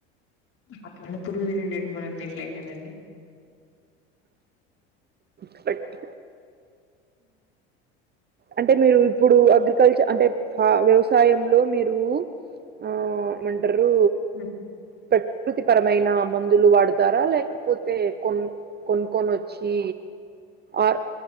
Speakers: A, on the left; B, on the right.
A: అట్ల అని పురుగు తినిండేట్ మనం తినలేం కదండి
B: కరెక్ట్ అంటే మీరు ఇప్పుడు అగ్రికల్చర్ అంటే ఫ వ్యవసాయంలో మీరు ఆ ఏమంటరు
A: ఆ
B: ప్రకృతి పరమైన మందులు వాడతారా లేకపోతే కొన్ కొన్కోకొనోచ్చి ఆర్